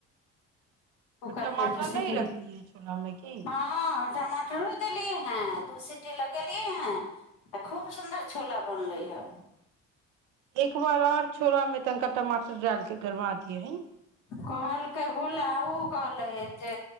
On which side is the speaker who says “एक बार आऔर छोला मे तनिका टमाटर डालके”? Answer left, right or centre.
Right